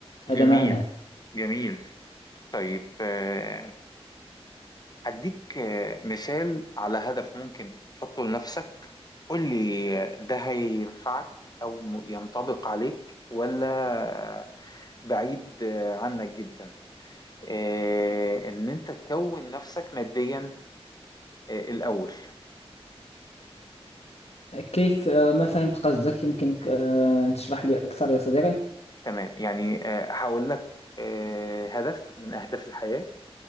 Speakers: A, on the left; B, on the left.
A: هذا
B: جميل
A: ما أنا
B: جميل طيب آه، هديك آه، مثال على هدف ممكن تحطه لنفسك قول لي آه، ده هينفعك أو م- ينطبق عليك ولا آه، بعيد آه، عنك جدا آه، إن أنت تكون نفسك ماديا آه، الأول
A: كيف آه، ما فهمت قصدك يمكنك آه، تشرح لي أكثر يا صديقي
B: تمام يعني آه، هقول لك آه، هدف من أهداف الحياة